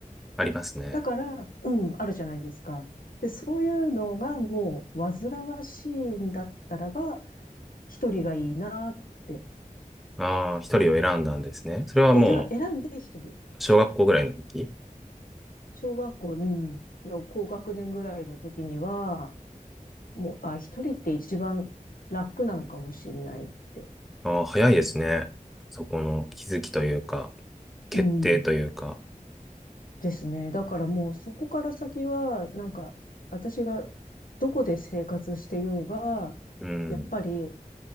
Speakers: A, in the centre; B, on the left (about 80°).
A: ありますね。
B: だから、うん、あるじゃないですか。で、そういうのがもう煩わしいんだったらば、一人がいいなって。
A: ああ、一人を選んだんですね。それはも
B: 選、選んで一人。
A: う、小学校ぐらいの時
B: 小学校、うんの高学年ぐらいの時には、もう、あ、一人って一番楽なのかもしれないって。
A: ああ、早いですね。そこの気づきというか、決定というか。
B: うん。ですね。だからもうそこから先は、なんか、私がどこで生活してようが、
A: うん。
B: やっぱり